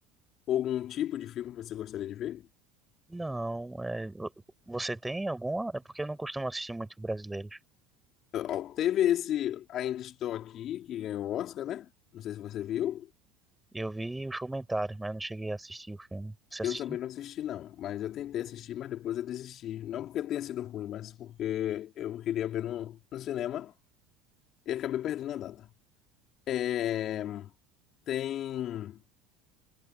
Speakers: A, on the left; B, in the centre.
A: Ou algum tipo de filme que você gostaria de ver?
B: não. é, vo- você tem alguma? É porque eu não costumo assistir muito brasileiros.
A: Ó, Teve esse Ainda Estou Aqui, que ganhou o Oscar, né? Não sei se você viu.
B: Eu vi os comentários, mas eu não cheguei a assistir o filme. Você assistiu?
A: Eu também não assisti, não, mas eu tentei assistir, mas depois eu desisti. Não porque tenha sido ruim, mas porque eu queria ver no, no cinema e acabei perdendo a data. É, tem.